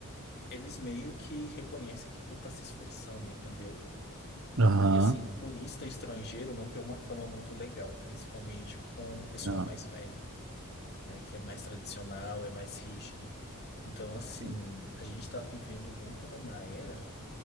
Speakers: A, on the left; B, on the right.
A: eles meio que reconhecem que tu tá se esforçando, entendeu?
B: aham.
A: E, assim, turista estrangeiro não tem uma fama muito legal, principalmente com o pessoal
B: Não,
A: mais velho, né? Que é mais tradicional, é mais rígido. Então, assim,
B: sim.
A: a gente está vivendo muito numa era